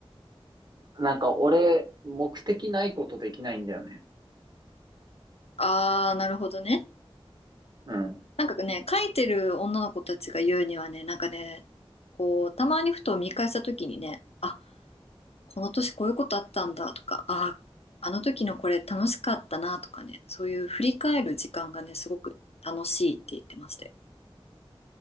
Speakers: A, on the right; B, on the left.
A: なんか俺、目的ないことできないんだよね。
B: あー、なるほどね。
A: うん。
B: なんかね、書いてる女の子たちが言うにはね、なんかね、こう、たまにふと見返した時にね、あ、この年こういうことあったんだとか、あ、あの時のこれ楽しかったなとかね、そういう振り返る時間がね、すごく楽しいって言ってまして。